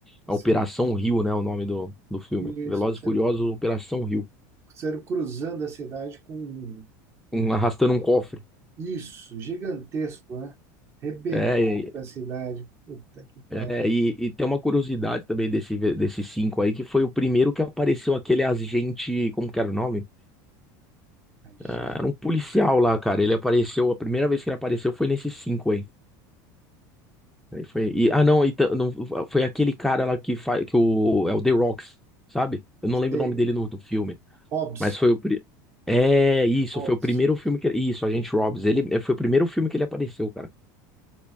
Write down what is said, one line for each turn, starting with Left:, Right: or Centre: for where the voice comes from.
Centre: A
Right: sério,
Centre: Operação Rio, né, o nome do, do filme.
Right: isso,
Centre: Velozes
Right: sério,
Centre: e Furiosos, Operação Rio.
Right: sério, cruzando a cidade com, com
Centre: Um, arrastando um cofre.
Right: isso, gigantesco, né? Rebentado
Centre: É, e-
Right: com a cidade. Puta que pariu.
Centre: é, e, e tem uma curiosidade também desse, desses cinco aí, que foi o primeiro que apareceu aquele agente, como que era o nome?
Right: Imagina,
Centre: Ah, era um policial lá, cara. Ele apareceu, a primeira vez que ele apareceu foi nesses cinco aí. Aí foi. E,
Right: eu
Centre: ah,
Right: não
Centre: não, e ta- não, foi aquele cara lá que faz. Que o, é o The Rocks, sabe? Eu não lembro
Right: sei.
Centre: o nome dele no, do filme.
Right: Hobbs,
Centre: Mas foi o. pri- É, isso,
Right: Hobbs.
Centre: foi o primeiro filme que. ele- Isso, Agente Robbins. Ele é, foi o primeiro filme que ele apareceu, cara.